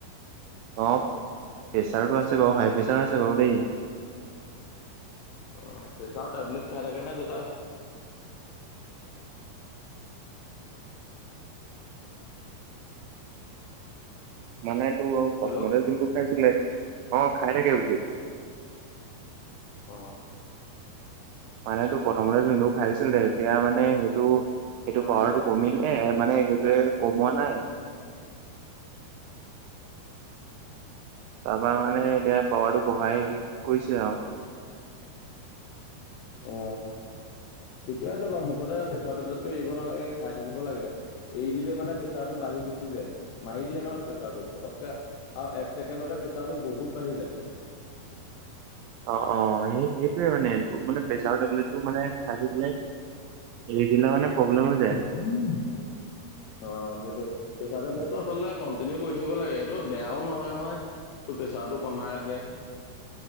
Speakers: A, on the right (about 80°); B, on the left (about 85°).
A: অ প্ৰেচাৰটো আছে বাৰু হাই প্ৰেচাৰ আছে বাৰু দেই।
B: অ প্ৰেছাৰ টেবলেট খাই থাকে নাই দেউতাই?
A: মানে টো প্ৰথমতে
B: হেল্ল'
A: যোনটো খাইছিলে অ খাই থাকে বোলো।
B: অ
A: মানেটো প্ৰথমতে যোনটো খাইছিল এতিয়া মানে সেইটো সেইটো
B: এয়া
A: পাৱাৰটো
B: মানে
A: কমিলে মানে সেইটোয়ে কমোৱা নাই। তাৰপা মানে এতিয়া পাৱাৰটো বঢ়াই হে কৰিছে আৰু।
B: অ ঠিকে আছে বাৰু মুঠতে প্ৰেচাৰ টেবলেটটো এৰিব নালাগে, খাই থাকিব লাগে। এৰি দিলে মানে প্ৰেছাৰটো বাঢ়ি গুচি যায়। মাৰি দিয়ে ন প্ৰেছাৰটো পটককে আৰু এক ছেকেণ্ডতে প্ৰেচাৰটো বহুত বাঢ়ি যায়।
A: অ অ হয় নেকি এইটোৱে মানে, মানে প্ৰেছাৰ টেবলেটটো মানে খাই থাকিলে, এৰি দিলে মানে প্ৰব্লেম হৈ যায়।
B: উ <inaudible> অ', সেইটো প্ৰেচাৰ টেবলেটটো আচলতে কন্টিনিউ কৰি থাকিব লাগে, এইটো বেয়াও নহয়, নহয়। টো প্ৰেছাৰটো কমাই ৰাখে।